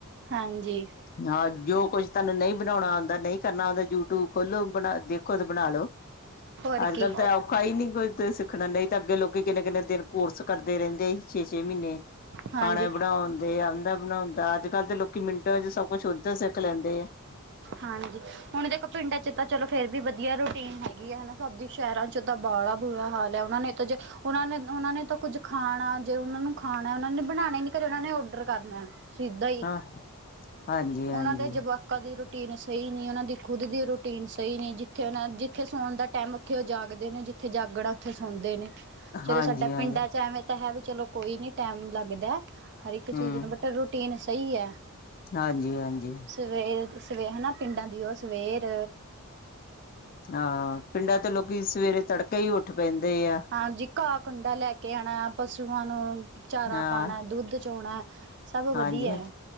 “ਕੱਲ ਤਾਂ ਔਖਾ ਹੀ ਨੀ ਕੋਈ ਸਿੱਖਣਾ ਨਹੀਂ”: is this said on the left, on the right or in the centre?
Left